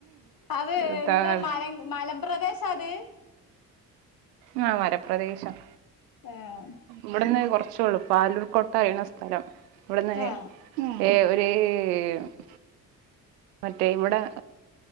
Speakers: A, on the left (about 45°); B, on the right (about 75°).
A: അത്
B: ഇതാണ്
A: എന്താ മല മലപ്രദേശം ആ അത്
B: ആഹ് മലപ്രദേശം
A: ആഹ്
B: ഇവ്ട്ന്ന് കൊറ്ച്ചൊള്ളൂ പാലൂർക്കൊട്ട കയ്ണ സ്ഥലം ഇവട്ന്ന്-
A: ഏ
B: ഏ ഒര് <unintelligible> മറ്റേ ഇവിടെ